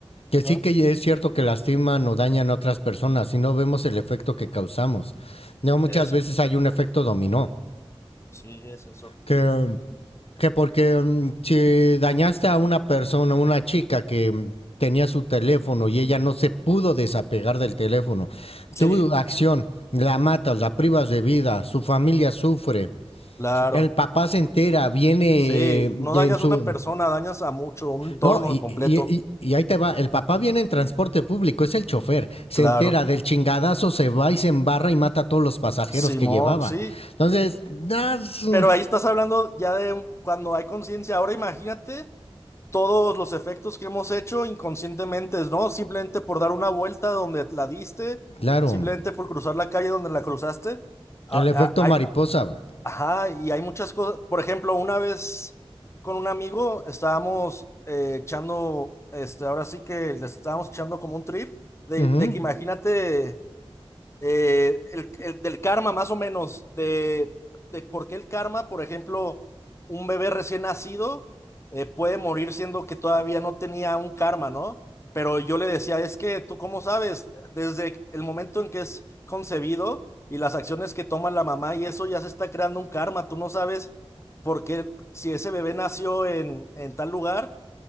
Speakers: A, on the left; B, on the left.
A: Que
B: Ajá.
A: sí que es cierto que lastiman o dañan a otras personas y no vemos el efecto que causamos. No, muchas
B: Eso,
A: veces hay un efecto dominó.
B: sí, es eso.
A: Que, que porque mm, si dañaste a una persona, una chica que mm, tenía su teléfono y ella no se pudo desapegar del teléfono,
B: Sí,
A: tu acción, la matas, la privas de vida, su familia sufre,
B: claro.
A: el papá se entera, viene
B: Sí,
A: eh,
B: no
A: en
B: dañas
A: su,
B: a una persona, dañas a mucho, un entorno
A: No, y,
B: completo.
A: y- y- y ahí te va, el papá viene en transporte público, es el chofer, se
B: Claro.
A: entera del chingadazo, se va y se embarra y mata a todos los pasajeros
B: Simón,
A: que llevaba.
B: sí.
A: Entonces, ah, sí,
B: Pero ahí estás hablando ya de un- cuando hay conciencia. Ahora imagínate todos los efectos que hemos hecho inconscientemente, ¿no? Simplemente por dar una vuelta donde la diste,
A: claro,
B: simplemente por cruzar la calle donde la cruzaste. A-
A: el efecto
B: a- Hay,
A: mariposa.
B: Ajá, y hay muchas cosas. Por ejemplo, una vez con un amigo estábamos eh, echando, este, ahora sí que le estábamos echando como un trip, de,
A: Ujú.
B: de que imagínate eh, el, el del karma, más o menos, de, de por qué el karma, por ejemplo, un bebé recién nacido eh, puede morir siendo que todavía no tenía un karma, ¿no? Pero yo le decía, es que tú cómo sabes, desde el momento en que es concebido y las acciones que toma la mamá y eso ya se está creando un karma, tú no sabes por qué si ese bebé nació en, en tal lugar.